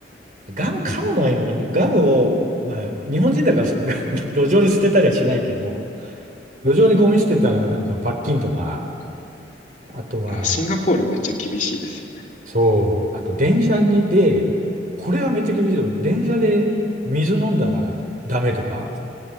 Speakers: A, on the right (about 45°); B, on the left (about 45°).
A: ガム噛むのはいいのかな。ガムを、まあ、日本人だからそ <laughs> 路上に捨てたりはしないけど、路上にゴミ捨てたらなんか罰金とか、あとは、
B: あ、シンガポールめっちゃ厳しいですよね。
A: そう、あと電車にで、これはめっちゃ厳しいと思う。電車で水飲んだらダメとか、